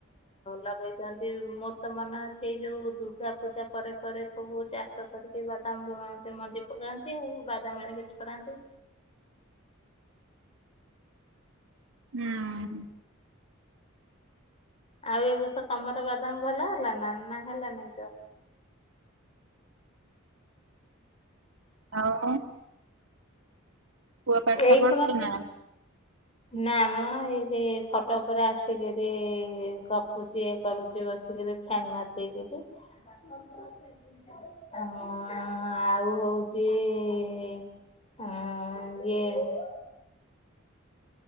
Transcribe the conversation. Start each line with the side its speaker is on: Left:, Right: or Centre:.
Left: ଲଗେଇ ଯେ ମୋର୍ ତ ମନେ ଅଛି ସେଇ ଯୋଉ ଦୁର୍ଗା ପୂଜା ପରେ ପରେ ସବୁ ଚାଷ <unintelligible> ତାମ୍ବୁନ୍ତି ମଞ୍ଜି ପକାନ୍ତି ଆଉ ବାଦାମ ଆଣିକି <unintelligible>
Right: ହୁଁ।
Left: ଆଉ ଏ ବର୍ଷ ତମର ବାଦାମ ଭଲ ହେଲା ନା ନା ହେଲାନାଇଁ ତ?
Right: ଆମ ପାଠ
Left: ଏଇ
Right: ପଢୁଛି
Left: କଣ
Right: ନା?
Left: ନା ମ ଏଇ ଖଟ ଉପରେ ଆସିକିରି ଗପୁଛି ଏ କରୁଛି ବସ ଫାନ ମାରି <unintelligible> ହଁ ଆଉ ହୋଇଚି ଇଏ